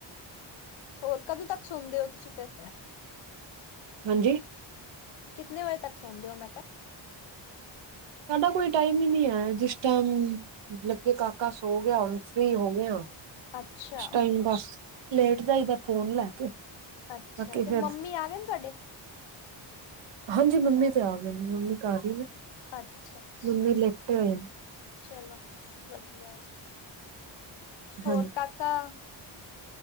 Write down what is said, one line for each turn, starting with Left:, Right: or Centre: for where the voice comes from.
Left: ਹੋਰ ਕਦੋਂ ਤੱਕ ਸੌਂਦੇ ਹੋ, ਤੁਸੀਂ ਫੇਰ
Right: ਹਾਂਜੀ।
Left: ਕਿਤਨੇ ਵਜੇ ਤੱਕ ਸੌਂਦੇ ਹੋ, ਮੈਂ ਕਿਹਾ।
Right: ਸਾਡਾ ਕੋਈ ਟਾਈਮ ਹੀ ਨਹੀਂ ਏ। ਅ ਜਿਸ ਟਾਇਮ ਲੱਗੇ ਕਾਕਾ ਸੋ ਗਿਆ, ਹੁਣ ਫਰੀ ਹੋ ਗਏ ਆ ਕੁਛ
Left: ਅੱਛਾ-ਅੱਛਾ
Right: ਟਾਈਮ ਬਸ ਲੇਟ ਜਾਈਦਾ ਫੋਨ ਲੈ ਕੇ
Left: ਅੱਛਾ
Right: ਬਾਕੀ
Left: ਤੇ
Right: ਫਿਰ
Left: ਮੰਮੀ ਆ ਗਏ ਨੇ ਤੁਹਾਡੇ।
Right: ਹਾਂਜੀ, ਮੰਮੀ ਤੇ ਆ ਗਏ ਨੇ, ਮੰਮੀ ਘਰ ਹੀ ਨੇ।
Left: ਅੱਛਾ-ਅੱਛਾ।
Right: ਮੰਮੀ ਲੇਟੇ ਹੋਏ ਨੇ
Left: ਚਲੋ ਵਧੀਆ ਏ। ਹੋਰ
Right: ਹਾਂਜੀ
Left: ਕਾਕਾ